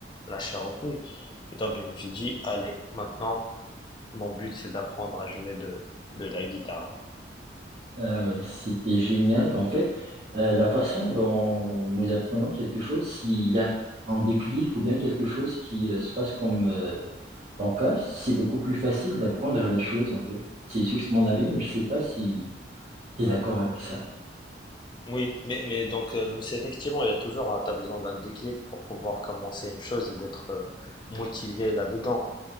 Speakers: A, on the left; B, on the right.
A: la chair aux poules. Et donc je me suis dit, allez, maintenant, mon but c'est d'apprendre à jouer de, de la guitare.
B: Ah oui, c'était génial. En fait, euh, la façon dont nous apprenons quelque chose, s'il y a un déclic ou bien quelque chose qui euh, se passe comme euh, ton cas, c'est beaucoup plus facile d'apprendre la chose, en fait. C'est juste mon avis, mais je sais pas si tu es d'accord avec ça.
A: Oui, mais, mais donc euh, c'est effectivement, il y a toujours, tu as besoin d'un déclic pour pouvoir commencer une chose et d'être euh, motivé là-dedans.